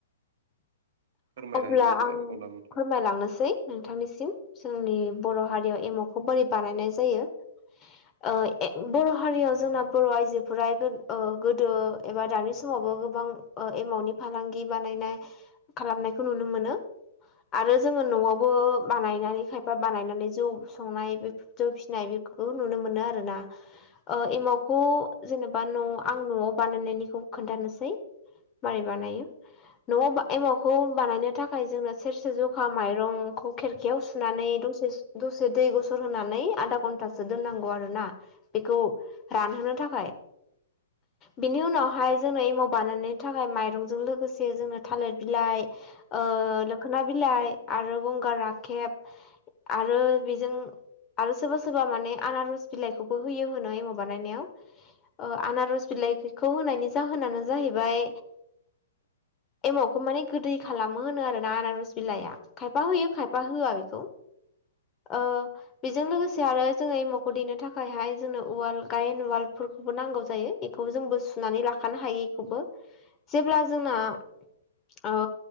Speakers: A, on the right; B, on the left.
A: फोरमायलांदो
B: अब्ला आं
A: अब्ला नोंथां।
B: फोरमायलांनोसै। नोंथांनिसिम जोंनि बर' हारियाव एम'खौ बोरै बानायनाय जायो। ओ ए बर' हारियाव जोंना बर' आइजोफोरा ओ गोदो एबा दानि समावबो गोबां एमावनि फालांगि बानायनाय खालामनायखौ नुनो मोनो। आरो जोङो न'आवबो बानायनानै खायफा बानायनानै जौ संनाय बे जों' फिसिनाय बेफोरखौ नुनो मोनो आरोना। ओ एमावखौ जेनेबा न' आं न'आव बानायनायनिखौ खोन्थानोसै। मारै बानायो? न'आव एमावखौ बानायनो थाखाय जोंना सेरसे जखा माइरंखौ खेरखायाव सुनानै दसे दसे दै गुसु होनानै आधा घन्टासो दोननांगौ आरो ना। बेखौ रानहोनो थाखाय बिनि उनावहाय जोंङनो एमाव बानायनो थाखाय माइरंजों लोगोसे जोङो थालिर बिलाइ ओ माखोना बिलाइ आरो गंगार राखेब आरो बेजों आरो सोरबा सोरबा माने आनारस बिलाइखौबो होयो होनो एम' बानायनायाव। ओ आनारस बिलाइखौ होनायनि जाहोनानो जाहैबाय एमावखौ माने गोदै खालामो होनो आरोना आनारस बिलाया। खायफा होयो खायफा होआ बेखौ। ओ बेजों लोगोसे आरो जोङो एमावखौ दैेनो थाखायहाय जोंनो उवाल गायेन उवालफोरखौबो नांगौ जायो। बेखौ जोंबो सुनानै लाखानो हायो। बेखौबो जेब्ला जोंना ओ